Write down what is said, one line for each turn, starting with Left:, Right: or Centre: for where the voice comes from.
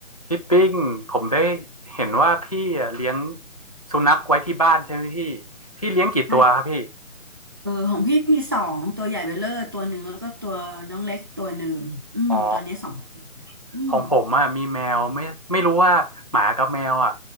Left: พี่ปิ้งผมได้เห็นว่าพี่อะเลี้ยงสุนัขไว้ที่บ้านใช่ไหมพี่พี่เลี้ยงกี่ตัวครับพี่
Right: ใช่เออของพี่มีสองตัวใหญ่เบลเลอร์ตัวหนึ่งแล้วก็ตัวน้องเล็กตัวหนึ่งอืมตอนนี้สองตัว
Left: อ๋อ
Right: อืม
Left: ของผมอ่ะมีแมวไม่ไม่รู้ว่าหมากับแมวอ่ะ